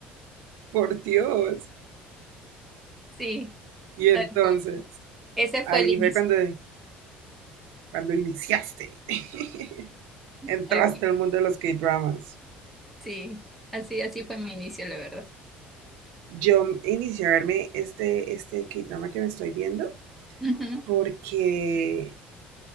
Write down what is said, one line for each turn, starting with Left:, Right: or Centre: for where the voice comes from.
Right: por Dios.
Centre: Sí,
Right: Y entonces,
Centre: tal cual. Ese fue
Right: ahí
Centre: el inicio.
Right: fue cuando, cuando iniciaste. <laughs> Entraste
Centre: tal cual.
Right: al mundo de los K-dramas.
Centre: Sí, así, así fue mi inicio, la verdad.
Right: Yo inicié a verme este, este K-drama que me estoy viendo
Centre: Ujú,
Right: porque